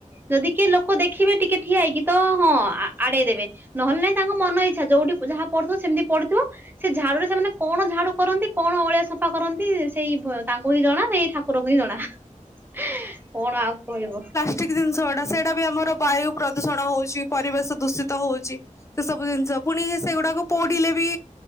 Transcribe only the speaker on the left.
ଠିକ ଜିନିଷ <unintelligible> ସେଇଟା ବି ଆମର ବାୟୁ ପ୍ରଦୂଷଣ ହଉଛି ପରିବେଶ ଦୂଷିତ ହଉଛି। ସେ ସବୁ ଜିନିଷ ପୁଣି ସେଗୁଡାକୁ ପୋଡିଲେ ବି